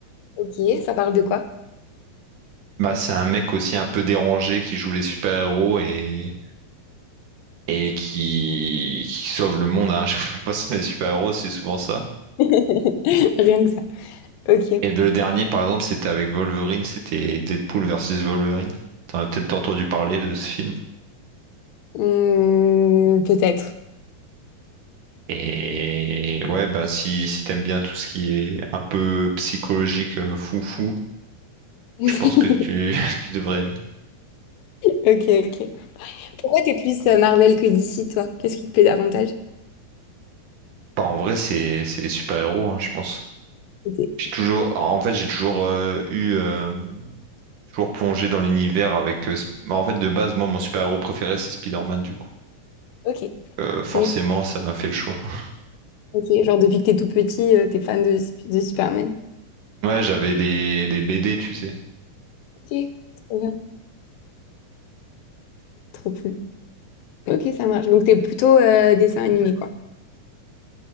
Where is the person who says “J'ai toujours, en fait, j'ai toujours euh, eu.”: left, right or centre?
Right